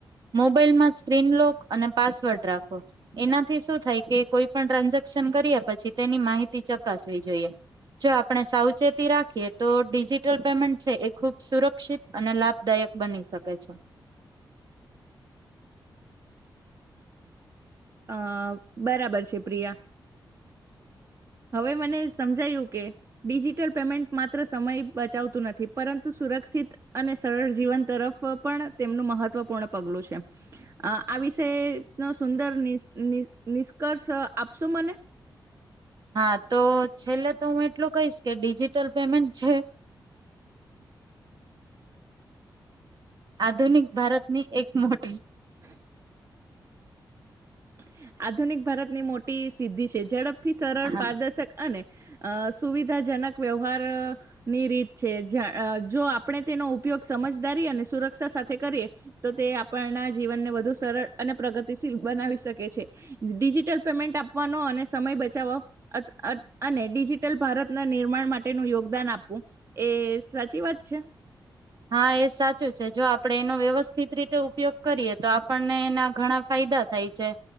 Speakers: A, on the right (about 55°); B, on the right (about 35°).
A: મોબાઈલમાં સ્ક્રીનલોક અને પાસવર્ડ રાખો એનાથી શું થાય કે કોઈ પણ ટ્રાન્ઝેક્શન કર્યા પછી તેની માહિતી ચકાસવી જોઈએ જો આપણે સાવચેતી રાખીએ તો ડિજિટલ પેમેન્ટ છે એ ખૂબ સુરક્ષિત અને લાભદાયક બની શકે છે.
B: અ બરાબર છે પ્રિયા હવે મને સમજાયું કે ડિજિટલ પેમેન્ટ માત્ર સમય બચાવતું નથી પરંતુ સુરક્ષિત અને સરળ જીવન તરફ પણ તેમનું મહત્વપૂર્ણ પગલું છે અ આ વિષે નો સુંદર ની નિ નિષ્કર્ષ આપશો મને
A: હા તો છેલ્લે તો હું એટલું કહીશ કે ડિજિટલ પેમેન્ટ છે. આધુનિક ભારતની એક મોટી
B: <inaudible> <inaudible> આધુનિક ભારત ની મોટી સિધી છે જઝ સથી સરળ
A: હા
B: પારદર્શક અને અ સુવિધાજનક વ્યવહાર ની રીત છે જ્યાં જો આપણે તેનો ઉપયોગ સમજદારી અને સુરક્ષા સાથે કરીએ તો તે આપણના જીવનને વધુ સરળ અને પ્રગ ટી શીલ બનાવીશ શકે છે ડિજિટલ પેમેન્ટ આપવાનો અને સમય બચાવો અ અને ડિજિટલ ભારતના નિર્માણ માટેનું યોગદાન આપવું એ સાચી વાત છે.
A: હા એ સાચું છે જો આપડે એનો વ્યવસ્થિત રીતે ઉપયોગ કરીએ તો આપણને એના ઘણા ફાયદા થાય છે